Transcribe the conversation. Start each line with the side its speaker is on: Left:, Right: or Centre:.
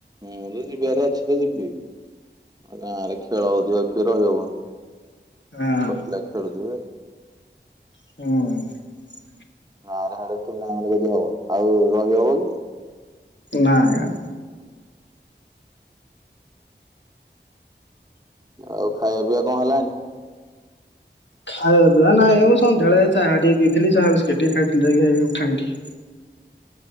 Right: ମୁଁ ତ ଯିବାର ଅଛି ତ ଯିବି ଆ ଗାଁରେ ଖେଳ ହଉଥିବ କିଏ ରହିବ କଣ। ସବୁ
Left: ଆଉ।
Right: ପିଲା ଖେଳୁଥିବେ।
Left: ହଁ।
Right: ଆଡେ ହାଡ଼େ ଟୁର୍ଣ୍ଣାମେଣ୍ଟ ଯଦି ହବ ଆଉ ରହିହବ କି।
Left: ନାଁ ଆଜ୍ଞା।
Right: ଆଉ ଖାଇବା ପିଇବା କଣ ହେଲାଣିି?
Left: ଖାଇବା ପିଇ ନାଇଁ ଆଜ୍ଞା ମୁ ସନ୍ଧ୍ୟବେଳେ ଚାହା ଟିକ ପିଥିଲି ଚାହା ବିସକିଟି ଟିକେ ଖାଇଥିଲି ଯାଇ ହେଇ ଉଠାଣି ଠି।
Right: <unintelligible>